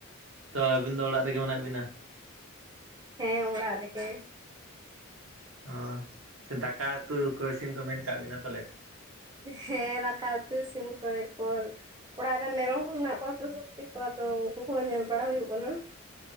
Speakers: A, on the right; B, on the right.
A: ᱛᱚ ᱟᱹᱵᱤᱱ ᱫᱚ ᱚᱲᱟᱜ ᱨᱮᱜᱮ ᱢᱮᱱᱟᱜ ᱵᱤᱱᱟ?
B: ᱦᱮᱸ ᱚᱲᱟᱜ ᱨᱮ ᱜᱮ᱾
A: ᱚᱻ, ᱪᱮᱫ ᱫᱟᱠᱟ ᱩᱛᱩ ᱠᱚ ᱤᱥᱤᱱ ᱠᱚ ᱢᱮᱱ ᱠᱟᱜ ᱵᱤᱱᱟ ᱯᱟᱞᱮᱜ?
B: ᱦᱮᱸ ᱫᱟᱠᱟ ᱩᱛᱩ ᱤᱥᱤᱱ ᱠᱚ ᱯᱚᱨ, ᱚᱲᱟᱜ ᱨᱮ ᱢᱮᱨᱚᱢ ᱦᱚᱸ ᱢᱮᱱᱟᱜ ᱠᱚᱣᱟ ᱛᱚ <unintelligible> ᱠᱚᱣᱟ ᱠᱚ ᱩᱱᱠᱩ ᱠᱚ ᱦᱚᱸ ᱧᱮᱞ ᱵᱟᱲᱟ ᱦᱩᱭᱩᱜ ᱠᱟᱱᱟ᱾